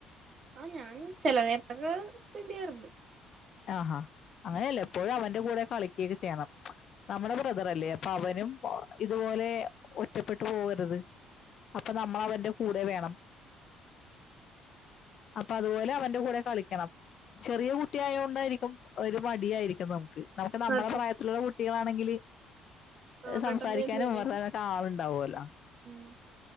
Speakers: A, on the right; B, on the left.
A: ആ ഞാൻ ചില നേരത്തൊക്കെ സ്പെൻന്റയ്യാറുണ്ട്.
B: ആ ഹാ അങ്ങനെയല്ല പ്പോഴും അവന്റെ കൂടെ കളികൊക്കെ ചെയ്യണം. നമ്മുടെ ബ്രദറല്ലേ അപ്പൊ അവനും ഇതുപോലെ ഒറ്റപ്പെട്ടു പോകരുത്. അപ്പൊ നമ്മൾ അവന്റെ കൂടെ വേണം. അപ്പൊ അതുപോലെ അവന്റെ കൂടെ കളിക്കണം ചെറിയ കു കുട്ടിയയോണ്ടായിരിക്കും ഒരു മടിയായിരിക്കും നമുക്ക് നമുക്ക് നമ്മളെ
A: നാട്ടി
B: പ്രായത്തിലുള്ള കുട്ടികളാണെങ്കില്
A: ആ
B: സംസാരിക്കാനും
A: പെട്ടെന്ന് ചെന്നേരെ
B: വർത്താനൊക്കെളുണ്ടാവലോ
A: ഉം